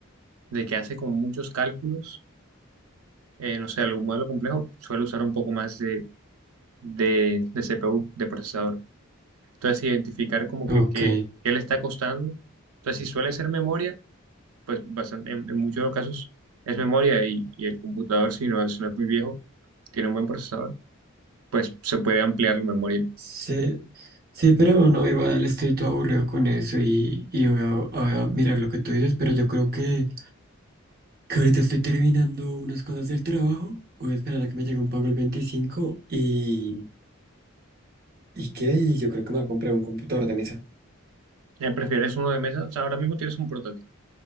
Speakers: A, on the right; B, on the right.
A: de que hace con muchos cálculos, eh, no sé, algún modelo complejo suele usar un poco más de, de, de CPU, de procesador. Entonces, sí, identificar como
B: ok.
A: que qué, qué le está costando. Entonces, si suele ser memoria, pues bastante, en, en muchos de los casos es memoria y, y el computador, si no, es- si no es muy viejo, tiene un buen procesador, pues se puede ampliar la memoria.
B: Sí, sí, pero no, igual estoy todo aburrido con eso y, y voy a, voy a mirar lo que tú dices, pero yo creo que, que ahorita estoy terminando unas cosas del trabajo. Voy a esperar a que me llegue un pago el 25 y, ¿y qué? Y yo creo que me voy a comprar un computador de mesa.
A: Eh, ¿Prefieres uno de mesa? O sea, ahora mismo tienes un portátil.